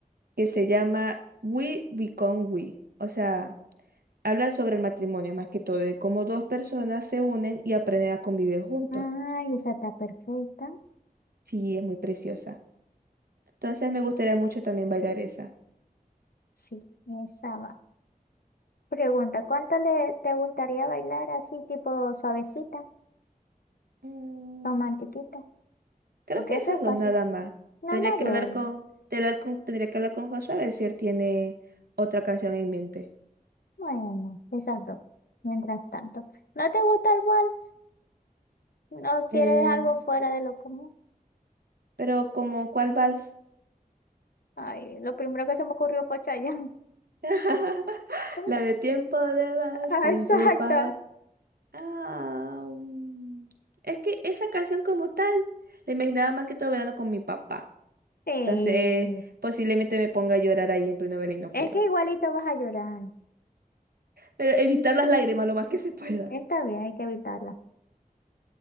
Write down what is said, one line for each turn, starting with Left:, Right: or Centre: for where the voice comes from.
Right: que se llama We Become We. O sea, habla sobre el matrimonio más que todo, de cómo dos personas se unen y aprenden a convivir juntos.
Left: Ay, esa está perfecta.
Right: Sí, es muy preciosa. Entonces, me gustaría mucho también bailar esa.
Left: Sí, esa va. Pregunta, ¿cuánto le te gustaría bailar así, tipo suavecita,
Right: Mm.
Left: romantiquita?
Right: Creo
Left: Porque
Right: que
Left: eso
Right: esas
Left: es paso.
Right: dos nada más.
Left: Nada
Right: Tendría
Left: más
Right: que
Left: dos.
Right: hablar con, de hablar con- tendría que hablar con Joshua a ver si él tiene otra canción en mente.
Left: Bueno, quizás dos. Mientras tanto. ¿No te gusta el vals? ¿No quieres
Right: Eh,
Left: algo fuera de lo común?
Right: pero como ¿cuál vals?
Left: Ay, lo primero que se me ocurrió fue Chayanne.
Right: <laughs>
Left: <laughs>
Right: La de tiempo de vals,
Left: Ah,
Right: tiempo
Left: Exacto.
Right: para... Ah, mm, es que esa canción como tal la imaginaba más que todo verano con mi papá.
Left: Sí.
Right: Entonces, posiblemente me ponga a llorar ahí en pleno verano y no quiero.
Left: Es que igualito vas a llorar.
Right: Pero evitar las lágrimas lo más que se pueda.
Left: Está bien, hay que evitarla.